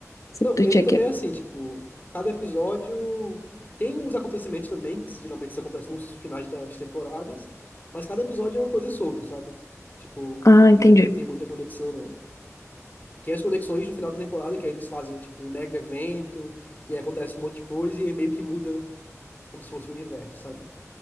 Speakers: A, on the left (about 35°); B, on the left (about 75°).
A: Não,
B: do
A: ele
B: Chuck.
A: também é assim, tipo, cada episódio tem os acontecimentos também, que geralmente isso acontece nos finais das temporadas, mas cada episódio é uma coisa solta, sabe? Tipo,
B: Ah, entendi.
A: não tem muita conexão, não. Tem as conexões do final da temporada, que aí eles fazem, tipo, um mega evento, e aí acontece um monte de coisa, e aí meio que muda como se fosse o universo, sabe?